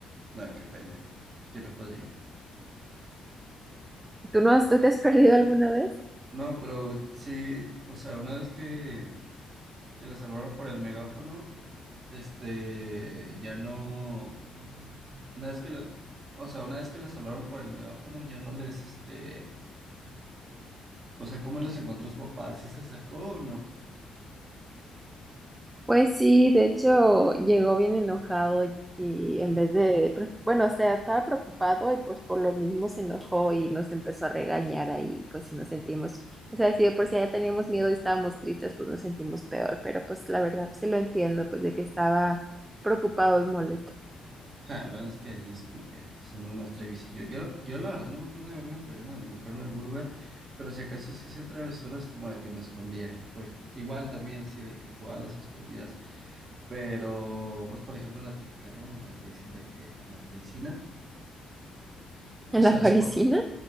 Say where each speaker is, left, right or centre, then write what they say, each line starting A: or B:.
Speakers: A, on the right; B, on the right.
A: No, qué pena. Yo no podría.
B: ¿Tú no has, tú te has perdido alguna vez?
A: No, pero sí, o sea, una vez que, que le salvaron por el megáfono, este, ya no. Una vez que le, o sea, una vez que les hablaron por el megáfono, ya no les, este, o sea, ¿cómo los encontró su papá? ¿Sí se acercó o no?
B: Pues sí, de hecho llegó bien enojado y, y en vez de, pre- bueno, o sea, estaba preocupado y pues por lo mismo se enojó y nos empezó a regañar ahí, pues sí nos sentimos, o sea, si de por si ya teníamos miedo y estábamos tristes, pues nos sentimos peor, pero pues la verdad sí lo entiendo, pues de que estaba preocupado y molesto.
A: Ja, bueno, es que de niños como que pues, son unos más trevisillos. Yo, la- yo la verdad no me acuerdo de haberme perdido a lo mejor en algún lugar, pero si acaso sí hacía travesuras como de que me escondía. Pues igual también así de que jugaba a las escondidas. Pero, pues por ejemplo la típica, ¿no? De la que dicen de que en la parisina.
B: <laughs>
A: Ya
B: ¿En
A: sabes
B: la parisina?
A: cuál.